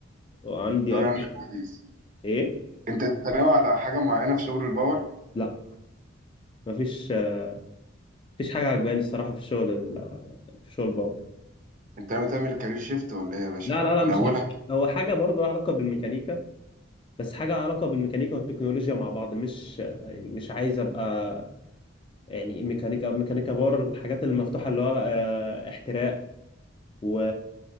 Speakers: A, on the left (about 25°); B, on the right (about 45°).
A: وعندي
B: طب
A: ألف
B: يا عم كويس
A: ايه
B: انت انت ناوي على حاجه معينه في شغل الباور
A: لا مفيش آه، مفيش حاجه عجباني الصراحه في الشغل ال- في شغل باور
B: انت ناوي تعمل كارير شيفت ولا ايه يا باشا
A: لا لا لا
B: من
A: مش
B: اولها
A: هيك.
B: كده؟
A: هو حاجه برضو لها علاقه بالميكانيكا بس حاجة علاقة بالميكانيكا والتكنولوجيا مع بعض مش يعني مش عايز أبقى يعني ميكانيكا ميكانيكا باور الحاجات اللي مفتوحة اللي هو آه، احتراق و...